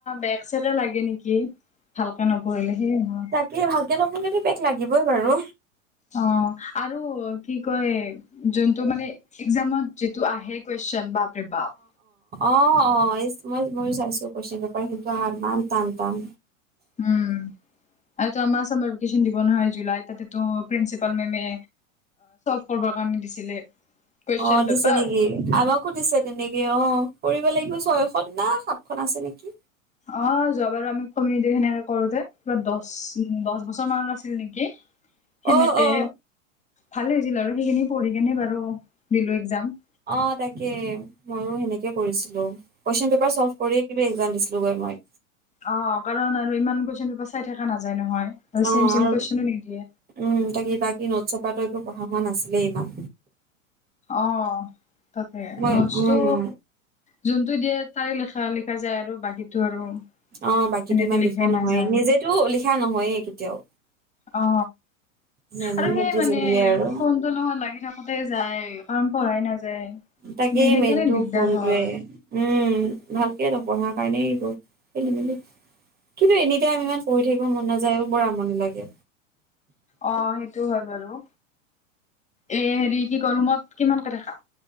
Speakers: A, on the left; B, on the right.
A: বে ছেকে লাগে নেকি ভালকে নপঢ়িলে, সেইয়ে নহয়,
B: কি ভালকে নপঢ়িলে বেক লাগিবই বাৰু।
A: অ, আৰু কি কয় যোনটো মানে একজাম ত' যিটো আহে কুৱেশ্চন বাপৰে বাপ।
B: অ-অ মই মই চাইছো কুৱেচন পেপাৰ কিন্তু ইমান টান - টান।
A: উম আৰু এইটো আমাৰ ওচৰত নতিফিসচন দিব নহয় জুলাইত তাতেটো প্ৰিন্সিপাল মেমে প কান নি দিছিলে। কুৱেশন
B: অ,
A: পেপাৰ
B: দিছে নেকি? আমাকো দিছে তেনেকি অ, কৰিব লাগিব ছয়খন না সাতখন আছে নেকি?
A: অ, যোৱা বাৰু আমি কমিট সেনেকে কৰোতে কিবা দশ - দশ বছৰ মানৰ আছিল নেকি। সেনেকে
B: অ', অ',
A: ভালে হৈছিল আৰু সেইখিনি পঢ়ি কেনে বাৰু দিলো এক্সম।
B: অ, তাকে ময়ো সেনেকে কৰিছিলো। কুৱেশন পেপাৰ চল্ভ কৰিয়ে কিন্তু একজাম দিছিলো গৈ। হয়।
A: অ, কাৰণ আৰু ইমানকৈ কুৱেশ্যন চাই থকা নাযায় নহয়।
B: অ,
A: চেম চেম
B: আৰু
A: কুৱেশনো নিদিয়ে
B: উম, তাকি বাকী নট চত কপাত একো পঢ়া হোৱা নাছিলে ইমান।
A: অ, তাকে
B: মই
A: নোটচটো
B: উম,
A: যোন টো দিয়ে তাই লিখা লিখা যায় আৰু বাকীটো আৰু
B: অ, বাকী
A: সেনেকে
B: ইমান
A: লিখাই
B: লিখা নহয়েই,
A: নাযায়
B: নিজেতো লিখা নহয়েই কেতিয়াও।
A: অ,
B: মেমহঁতি
A: আৰু সেই মানে
B: জলি আৰু
A: ফোনটো লগত লাগি থাকোতে যাই। কাৰণ পঢ়াই নাযায়।
B: তাকেই
A: মানে সেইকাৰণে
B: মেইনতটো
A: দিগদাৰ
B: ফোনটোৱে।
A: হয়
B: উম, ভালকে নপঢ়াৰ কাৰণেই এইবোৰ খেলি মেলি। কিন্তু এনেতে আমি ইমান পঢ়ি থাকিব মন নাযায়ও, বৰ আমনি লাগে।
A: অ, সেইটো হয় বাৰু। এ হেৰি কি গৰমত কিমানকে থাকা?